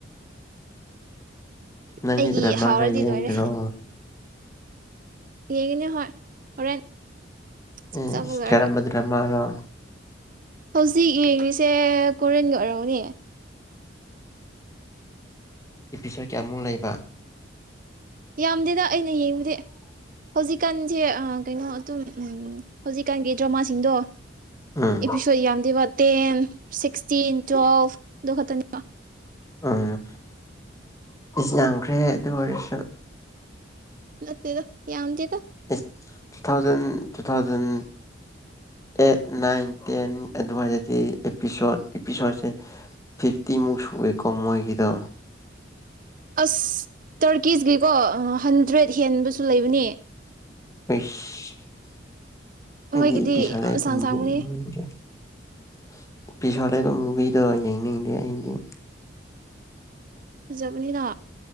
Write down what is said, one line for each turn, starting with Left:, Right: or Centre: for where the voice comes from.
Left: ꯅꯪꯗꯤ
Right: ꯑꯩꯒꯤ
Left: ꯗ꯭ꯔꯥꯃꯥꯒ
Right: ꯍꯥꯎꯔꯗꯤ
Left: ꯌꯦꯡꯗꯔꯣ
Right: ꯂꯣꯏꯔꯦ ꯌꯦꯡꯒꯅꯤ ꯍꯣꯏ ꯍꯣꯔꯦꯟ ꯆꯥꯛ
Left: ꯏꯁ
Right: ꯆꯥꯕ ꯂꯣꯏꯔꯒ
Left: ꯀꯔꯝꯕ ꯗ꯭ꯔꯥꯃꯥꯅꯣ
Right: ꯍꯧꯖꯤꯛ ꯌꯦꯡꯔꯤꯁꯦ ꯀꯣꯔꯤꯌꯟꯒꯤ ꯑꯣꯏꯔꯝꯒꯅꯤ
Left: ꯏꯄꯤꯁꯣꯠ ꯀꯌꯥꯃꯨꯛ ꯂꯩꯕ
Right: ꯌꯥꯝꯗꯦꯗ ꯑꯩꯅ ꯌꯦꯡꯕꯗꯤ ꯍꯧꯖꯤꯛꯀꯥꯟꯁꯦ ꯑꯥ ꯀꯩꯅꯣ ꯑꯗꯨꯝ ꯎꯝ ꯍꯧꯖꯤꯛꯀꯥꯟꯒꯤ ꯗ꯭ꯔꯃꯥꯁꯤꯡꯗꯣ
Left: ꯎꯝ
Right: ꯑꯦꯄꯤꯁꯣꯠ ꯌꯥꯝꯗꯦꯕ ꯇꯦꯟ ꯁꯤꯛꯁꯇꯤꯟ ꯇꯨꯋꯦꯜꯚ ꯑꯗꯨ ꯈꯛꯇꯪꯅꯦꯕ
Left: ꯑꯝ ꯏꯁ ꯌꯥꯝꯈ꯭ꯔꯦ ꯑꯗꯨ ꯑꯣꯏꯔꯁꯨ
Right: ꯅꯠꯇꯦꯗ ꯌꯥꯝꯗꯦꯗ
Left: ꯏꯁ two thousand two thousand eight nine ten ꯑꯗꯨꯋꯥꯏꯗꯗꯤ ꯑꯦꯄꯤꯁꯣꯠ ꯏꯄꯤꯁꯣꯠꯁꯦ ꯐꯤꯞꯇꯤꯃꯨꯛ ꯁꯨꯋꯦꯀꯣ ꯃꯣꯏꯒꯤꯗꯣ
Right: ꯑꯁ ꯇꯔꯀꯤꯁꯀꯤꯀꯣ ꯑꯥ ꯍꯟꯗ꯭ꯔꯦꯗ ꯍꯦꯟꯕꯁꯨ ꯂꯩꯕꯅꯦ
Left: ꯑꯩꯁ ꯑꯩꯗꯤ
Right: ꯃꯣꯏꯒꯤꯗꯤ
Left: ꯏꯄꯤꯁꯣꯗ
Right: ꯌꯥꯝ
Left: ꯑꯩꯠ
Right: ꯁꯥꯡ
Left: <unintelligible>
Right: ꯁꯥꯡꯕꯅꯤ
Left: ꯏꯄꯤꯁꯣꯠ ꯂꯩꯕ ꯃꯨꯚꯤꯗꯣ ꯌꯦꯡꯅꯤꯡꯗꯦ ꯑꯩꯗꯤ
Right: ꯐꯖꯕꯒꯤꯔ